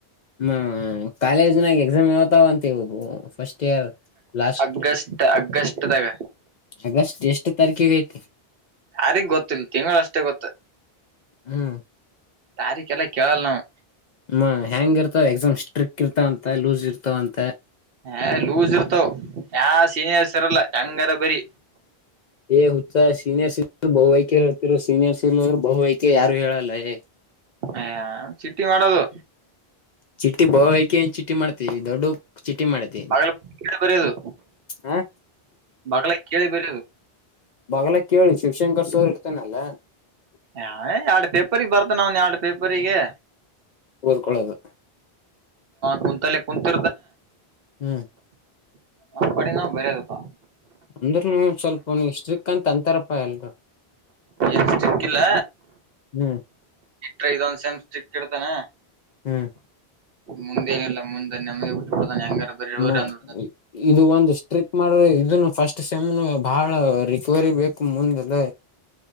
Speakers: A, on the left (about 55°); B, on the right (about 65°).
A: ಹ್ಮ ಕಾಲೇಜ್ ನಾಗ ಎಕ್ಸಾ ಮ ಯಾವತ್ತು ಅವಾಅಂತ ಫರ್ಸ್ಟ್ ಇಯರ್ ಲಾಸ್ಟ್.
B: ಅಗ್ಗಸ್ಟ್ ಅಗ್ಗಸ್ಟ್ದಾಗ
A: ಆಗಸ್ಟ್ ಎಷ್ಟು ತಾರೀಕಿಗೆ ಐತಿ
B: ತಾರೀಕ ಗೊತ್ತಿಲ್ಲ ತಿಂಗಳುಷ್ಟೇ ಗೊತ್ತು
A: ಹ್ಮ್
B: ತಾರೀಕ ಎಲ್ಲಾ ಕೇಳಲ್ಲ ನಾವು.
A: ಹ್ಮ ಹೆಂಗ್ ಇರ್ತಾವ ಎಕ್ಸಾಮ್ ಸ್ಟ್ರಿಕ್ ಇರ್ತಾವಂತ ಲೂಸ್ ಇರ್ತಾವಂತ.
B: ಹ ಲೂಸ್ ಇರ್ತಾವ ಯಾವ ಸೀನಿಯರ್ಸ್ ಇರಲ್ಲ ಹೆಂಗಾರ ಬರಿ
A: ಏ ಹುಚ್ಚು ಸೀನಿಯರ್ ಇದುರಾ ಬಹು ಆಯ್ಕೆ ಹೇಳ್ತಿರು ಸೀನಿಯರ್ ಇಲ್ಲಾ ಹೋದೋರು ಬಹು ಆಯ್ಕೆ ಯಾರು ಹೇಳಲ್ಲ ಏ.
B: ಅಯ ಚಿಟಿ ಮಾಡೋದು.
A: ಚಿಟ್ಟಿ ಬಹುಆಯ್ಕೆ ಏನ್ ಚಿಟ್ಟಿ ಮಾಡ್ತವಿ ದೊಡ್ಡುವ. ಚಿಟಿ ಮಾಡ್ತಿ.
B: ಬಗಲ ಕೇಳ ಬರೆಯದು
A: ಹಾ
B: ಬಗಲಾಗ್ ಕೇಳಿ ಬರೆಯೋದು
A: ಬಗ್ಲ ಕೇಳಿ ಶಿವಶಂಕರ್ ಸರ್ ಇರ್ತೇನಲ್ಲ
B: ಹ ಎರಡ್ ಪೇಪರ್ ಬರ್ತ ನ ಅವನ್ ಎರಡ್ ಪೇಪರ್ರಿಗೆ
A: ಓದ್ಕೊಳ್ಳೋದು
B: ಕುಂತಲ್ಲ ಕುಂತಿರ್ತಾನ
A: ಹ್ಮ್
B: <inaudible> ಹ ಪಡಿಿನ ಬರದಪ್ಪಾ
A: ಅಂದ್ರರುನು ಸ್ವಲ್ಪ ಸ್ಟ್ರಿಕ್ ಅಂತ ಅಂತಾರಪ್ಪಾ ಎಲ್ರು
B: ಎಷ್ಟ <inaudible> ಕ್ಕಿಲ್ಲ
A: ಹ್ಮ್
B: ಇಟ್ರೆ ಇದೊಂದ್ ಸೆಮ್ ಸ್ಟಿಕ್ ಇಡ್ತಾನ
A: ಹ್ಮ್
B: ಮುಂದೇನಿಲ್ಲ ಮುಂದೆ ನಮ್ಗೆ ಬಿಟ್ಟಬಿಡತಾನೆ ಹೆಂಗಾರ ಬರೀ ಹೋಗ್ರಿ
A: ಮ
B: ಅಂದ್ಬಿಡ್ತಾನೆ
A: ಎ ಇದು ಒಂದ್ ಸ್ಟ್ರಿಕ್ ಮಾಡ್ರೆ ಇದನ್ನು ಫಸ್ಟ್ ಸೆಮ್ ಬಹಳ ರಿಕವರಿ ಬೇಕು ಮುಂದೆಲ್ಲ